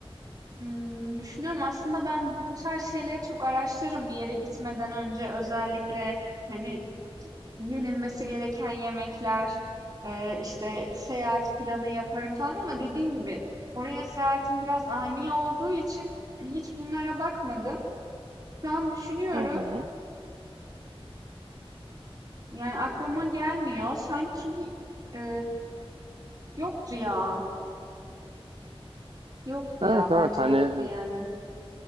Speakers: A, on the right; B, on the right.
A: Hmm, düşünüyorum aslında ben bu tarz şeyleri çok araştırırım bir yere gitmeden önce özellikle hani yenilmesi gereken yemekler, e, işte seyahat planı yaparım falan ama dediğim gibi oraya seyahatim biraz ani olduğu için hani hiç bunlara bakmadım. Şu an düşünüyorum
B: Hı hı.
A: yani aklıma gelmiyor. Sanki e, Yoktu ya. Yoktu
B: Evet
A: ya.
B: evet
A: Bence
B: hani
A: yoktu yani.